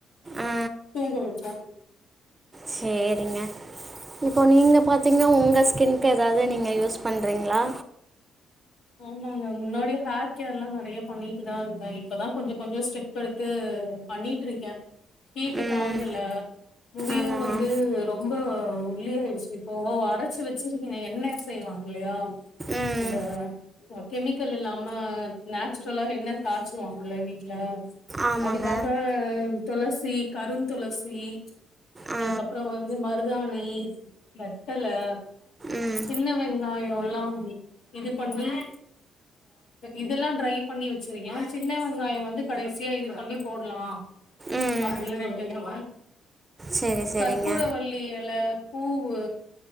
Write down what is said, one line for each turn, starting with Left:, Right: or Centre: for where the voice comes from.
Right: ஆ
Left: தூங்க வெப்போ
Right: சேரிங்க இப்போ நீங்க பாத்தீங்னா உங்க ஸ்கின்கு எதாவ்து நீங்க யூஸ் பண்றீங்ளா
Left: ஆமாங்க முன்னாடி ஹேர் கேர்லா நெறைய பண்ணிட்டுதா இருந்தே இப்பதா கொஞ்சோ கொஞ்சோ ஸ்டெப் எடுத்து பண்ணிட்ருக்கே ஹீட்டு
Right: ம்
Left: தாங்கல முடியூ
Right: அதான்
Left: வந்து ரொம்ப ஒல்லியாய்டுச்சு இப்போ அரச்சு வெச்சிருக்கே எண்ணே செய்வாங்கல்லையா
Right: ம்
Left: இந்த கெமிக்கல் இல்லாம நேச்சுரலா எண்ண காச்சுவாங்கலயா வீட்ல
Right: ஆமாங்க
Left: அதுக்காக துளசி கருங் துளசி
Right: ஆ
Left: அதுக்கப்றோ வந்து மருதாணி வெத்தலே
Right: ம்
Left: சின்ன வெங்கி ஆயோல்லாம் இதுப் பண்ணி இதெல்லா ட்ரை பண்ணி வெச்சிருக்கே சின்ன வெங்காயோ வந்து கடைசியா இது பண்ண போட்லா
Right: ம்
Left: அப்டினு விட்டேங்க
Right: சரி சரிங்க
Left: கர்ப்பூரவள்ளி எல பூவு